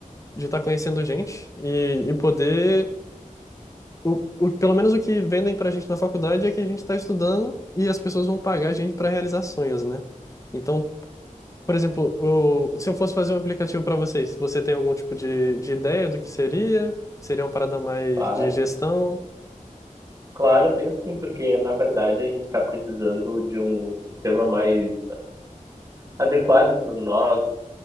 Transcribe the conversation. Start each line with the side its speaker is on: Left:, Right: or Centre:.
Left: de estar conhecendo gente e, e poder. O, o, pelo menos o que vendem pra gente na faculdade é que a gente está estudando e as pessoas vão pagar a gente para realizar sonhos, né? Então, por exemplo, o- se eu fosse fazer um aplicativo para vocês, você tem algum tipo de, de ideia do que seria? Seria uma parada mais
Right: Claro,
Left: de gestão?
Right: claro, eu tenho sim, porque na verdade a gente está precisando de um sistema mais adequado para o nosso